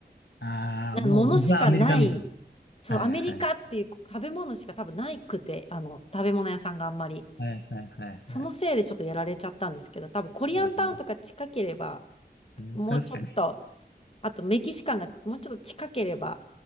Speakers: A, on the left (about 75°); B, on the left (about 35°).
A: ああ、
B: なものしかない、
A: もうザ・アメリカみたいな。
B: そう、
A: はいはい。
B: アメリカっていう食べ物しか多分ないくて、あの、食べ物屋さんがあんまり。
A: はいはいはいはい。
B: そのせいでちょっとやられちゃったんですけど、多分コリアンタウンとか近ければ、
A: ああ、ね確かに。
B: もうちょっと、あとメキシカンがもうちょっと近ければ、